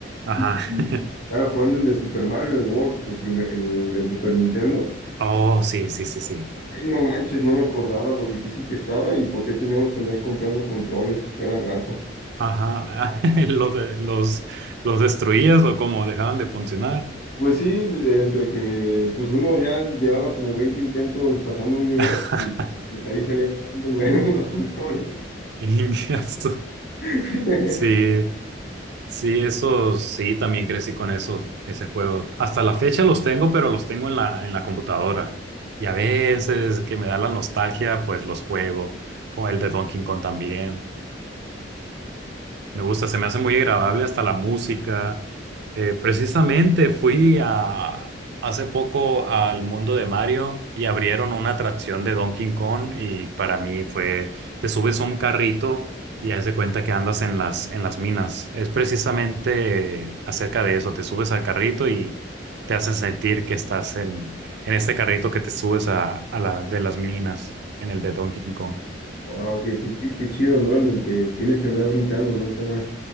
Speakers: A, on the right; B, on the left.
A: Ajá.
B: Y, y,
A: <laughs>
B: estaba jugando el de Super Mario World, el, primer, el del Super Nintendo.
A: Oh, sí, sí, sí, sí.
B: Ay, no manches, no me acordaba lo difícil que estaba y por qué teníamos que andar comprando controles cada rato.
A: Ajá. <laughs> Los, de- los, los destruías o como dejaban de funcionar.
B: Pues sí, entre que pues uno ya llevaba como 20 intentos pasando un nivel
A: <laughs>
B: y pues ahí salían <laughs> los controles.
A: Ingazo.
B: <laughs>
A: Sí. Sí, esos, sí, también crecí con esos, ese juego. Hasta la fecha los tengo, pero los tengo en la, en la computadora. Y a veces que me da la nostalgia, pues los juego, como el de Donkey Kong también. Me gusta, se me hace muy agradable hasta la música. Eh, precisamente fui a, hace poco al mundo de Mario y abrieron una atracción de Donkey Kong y para mí fue, te subes a un carrito y haz de cuenta que andas en las, en las minas. Es precisamente eh, acerca de eso, te subes al carrito y te hacen sentir que estás en, en este carrito que te subes a, a la de las minas, en el de Donkey Kong.
B: Wow, qué, qué, qué- qué chido, ¿no? En el que tienes que andar brincando, ¿no? Cada,